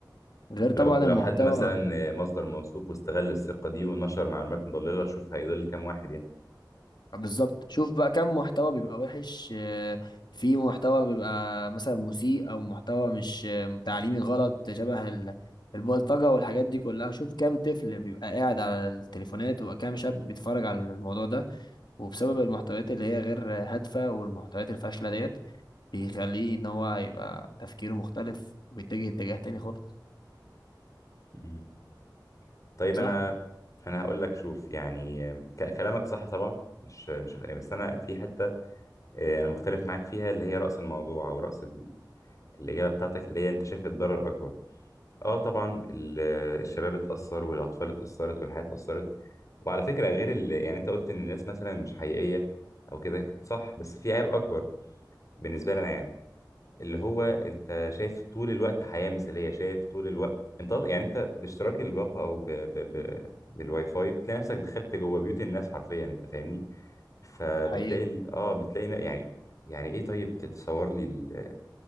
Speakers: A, on the left; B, on the left.
A: غير
B: ولو
A: طبعا
B: ولو
A: المحتوى
B: حد مثلا مصدر موثوق واستغل الثقة دي ونشر معلومات مضللة شوف هيضل كام واحد يعني
A: بالظبط شوف بقى كم محتوى بيبقى وحش آه، في محتوى بيبقى مثلا مسيء أو محتوى مش آه، تعليمي غلط شبه ال- البلطجة والحاجات دي كلها شوف كام طفل بيبقى قاعد على التليفونات وكام شاب بيتفرج على الموضوع ده وبسبب المحتويات اللي هي غير هادفة والمحتويات الفاشلة ديت بيخليه ان هو يبقى تفكيره مختلف وبيتجه اتجاه تاني خالص
B: مم. طيب
A: صح؟
B: انا انا هقول لك شوف يعني ك- كلامك صح طبعا مش مش هخ- يعني بس انا في حتة آه، انا مختلف معاك فيها اللي هي رأس الموضوع او رأس ال- الإجابة بتاعتك اللي هي انت شايف الضرر اكبر اه طبعا ال- الشباب اتأثر والاطفال اتأثرت والحياة اتأثرت وعلى فكرة غير ال... يعني انت قلت ان الناس مثلا مش حقيقية او كده صح بس في عيب اكبر بالنسبة لنا يعني اللي هو انت شايف طول الوقت حياة مثالية شايف طول الوقت انت أص- يعني انت باشتراك الباقة او ب... ب... ب... بالواي فاي بتلاقي نفسك دخلت جوه بيوت الناس حرفيا انت فاهمني فبتلاقي
A: حقيقة
B: ال... اه بتلاقي ن- يعني يعني ايه طيب تتصور لي ال...